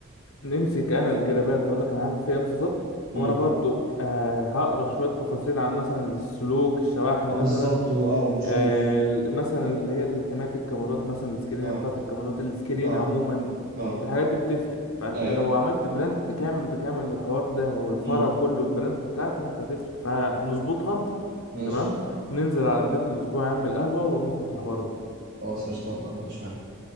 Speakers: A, on the left; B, on the right.
A: نمسك انا الجرابات هقول لك انا هعمل فيها ايه بالظبط
B: امم
A: وانا برضو آه، هقرا شويه تفاصيل عن مثلا السلوك الشواحن
B: آه
A: مثلا
B: بالظبط و- اه ونشوف
A: آه، ال- مثلا اللي هي حمايه الكاميرات مثلا السكرينه
B: اه
A: بتاعه الكاميرات السكرينه
B: اه
A: عموما
B: اه
A: الحاجات دي بتفرق فانت
B: ايوه
A: لو عملت براند كامل متكامل للحوار ده والفرع
B: امم
A: كله البراند بتاعك لا انت هتفرق فنظبطها
B: ماشي
A: تمام ننزل على بدايه الاسبوع يا عم القهوه ونظبط الحوار ده
B: خلاص قشطه والله ما عنديش مانع